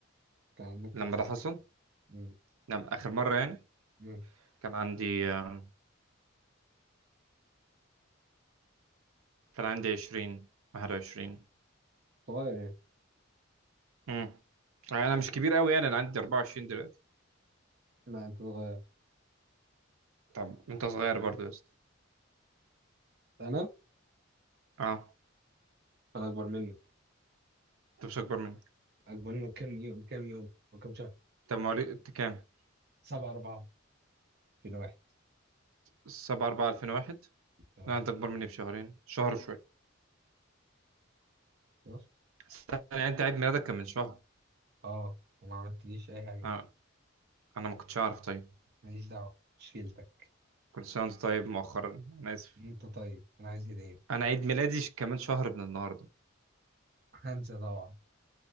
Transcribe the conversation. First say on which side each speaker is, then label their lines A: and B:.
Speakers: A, on the right; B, on the right.
A: كان عندك كام
B: لما
A: سنة؟
B: ده حصل
A: مم.
B: نعم اخر مره يعني
A: مم.
B: كان عندي آه، كان عندي 20 21
A: صغير يعني
B: امم انا مش كبير قوي يعني انا عندي 24 دلوقتي
A: لا انت صغير
B: طب انت صغير برضو يا اسطى
A: انا؟
B: اه
A: انا اكبر منك
B: انت مش اكبر مني
A: اكبر منك كام يوم بكام يوم وكام شهر؟
B: طب مواليد انت كام
A: سبعة أربعة بين واحد
B: 7 4 2001
A: اه
B: لا انت اكبر مني بشهرين شهر وشويه
A: شفت؟
B: استنى يعني انت عيد ميلادك كان من شهر
A: اه وما عملتليش أي حاجة
B: آه. انا ما كنتش اعرف طيب
A: ماليش دعوة مش شيلتك
B: كل سنه وانت طيب مؤخرا انا اسف
A: انت طيب انا عايز هدية
B: انا عيد ميلادي ش- كمان شهر من النهارده
A: هنسى طبعا